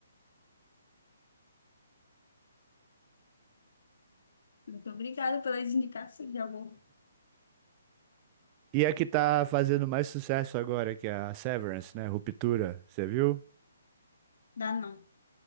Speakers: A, on the left (about 60°); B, on the right (about 25°).
A: Muito obrigada pelas indicações, já vou
B: E a que tá fazendo mais sucesso agora, que é a Severance, né? Ruptura, você viu?
A: dar não.